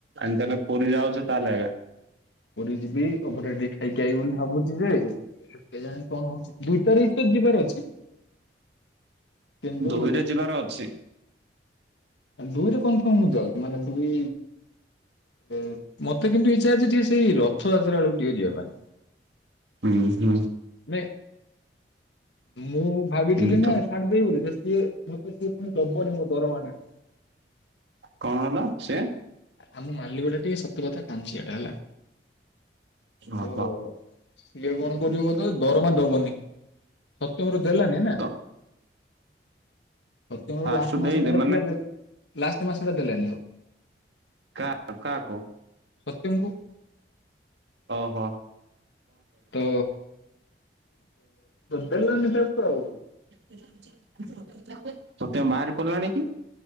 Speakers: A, on the right; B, on the left.
A: ଆମେ ତାହେଲେ ପୁରୀ ଯାଉଛୁ ତାହେଲେ ଏବେ।
B: ପୁରୀ ଯିବି ଅଭଢ଼ା ଟିକେ ଖାଇକି ଆଇ ବୋଲି ଭାବୁଚି ଯେ ଏ କେଜାଣି କଣ ହଉଚି ଦୁଇ ତାରିକ୍ ତ ଯିବାର ଅଛି। କିନ୍ତୁ
A: ପୁରୀରେ ଯିବାର ଅଛି।
B: ଏ ଦୁଇରେ କନଫର୍ମ ମୁଁ ଯାଉଚି ମାନେ ଦୁଇ ଏ ମତେ କିନ୍ତୁ ଇଚ୍ଛା ଅଛି ଟିକେ ସେଇ ରଥଯାତ୍ରା ଅଳୁ ଟିକେ ଯିବା ପାଇଁ।
A: ଉଁ ହୁଁ।
B: ନାଇଁ ମୁଁ ଭାବିଥିଲି
A: ଦେଖ
B: ନାଁ ଥାଡ଼୍ ଦେଇ ବୋଲି ସେ ସିଏ ମତେ ସିଏ ପୁଣି ଦବନି ମୋ ଦରମାଟା।
A: କଣ ହେଲା ସେ?
B: ଆମ ମାଲିକଟା ଟିକେ ସତ କଥା କାଞ୍ଚିଆଟା ହେଲା।
A: ଓହୋ
B: ତ ସିଏ କଣ କରିବ ତ ଦରମା ଦବନି ସତ୍ୟମର ଦେଲାନି ନା।
A: ତ
B: ସତ୍ୟମର
A: ଫାଷ୍ଟ
B: ଲାଷ୍ଟ
A: ଦେଇଦେ
B: ମାସ ଯୋଉଟା
A: ମାନେ
B: ଥିଲା ଦେଲ୍ ଲାଷ୍ଟ ମାସଟା ଦେଲାନି ଆଉ।
A: କା କାକୁ?
B: ସତ୍ୟମକୁ।
A: ଅହ।
B: ତ ଦେଲାନି ତାକୁ ଆଉ।
A: <inaudible> ସତ୍ୟମ ବାହାରି ପଡ଼ିଲାଣି କି?